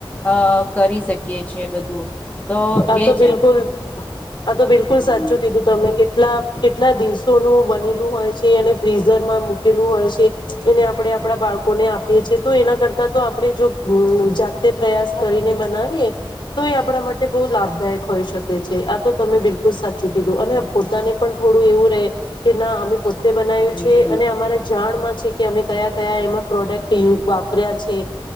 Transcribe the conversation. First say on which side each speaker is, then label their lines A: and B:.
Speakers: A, on the left; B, on the left.
A: અ કરી શકીએ છે બધું. તો
B: આ
A: એજ
B: તો બિલકુલ આ તો બિલકુલ
A: હમ
B: સાચું કીધું તમે કે કેટલા કેટલા દિવસોનું બનેલું હોય છે અને ફ્રીઝર માં મૂકેલું હોય છે એને આપણે આપડા બાળકોને આપીએ છીએ તો એના કરતા તો આપણે જો અ જાતે પ્રયાસ કરીને બનાવીએ. તોય આપણા માટે તે બહુ લાભદાયક હોઈ શકે છે આ તો તમે બિલકુલ સાચું કીધું અને પોતાને પણ થોડું એવું રહેે કે ના અમે પોતે બનાય્યું
A: હમ
B: છે અને અમારા જાણમાં છે કે અમે કયા કયા એમાં પ્રોડક્ટિંગ વાપર્યા છે